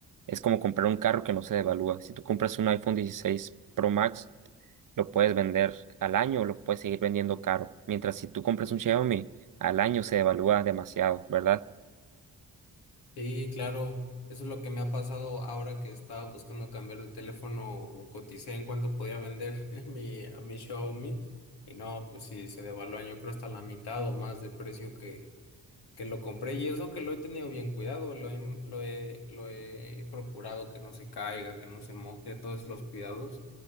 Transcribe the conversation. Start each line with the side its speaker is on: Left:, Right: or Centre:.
Right: es como comprar un carro que no se devalúa. Si tú compras un iPhone 16 Pro Max, lo puedes vender al año o lo puedes seguir vendiendo caro. Mientras si tú compras un Xiaomi, al año se devalúa demasiado, ¿verdad?
Left: Sí, claro, eso es lo que me ha pasado ahora que estaba buscando cambiar de teléfono, coticé en cuánto podía vender <laughs> mi, mi Xiaomi y no, pues sí, se devaluó, yo creo hasta la mitad o más del precio que que lo compré y eso que lo he tenido bien cuidado, lo he, lo he, lo he procurado que no se caiga, que no se moje, todos los cuidados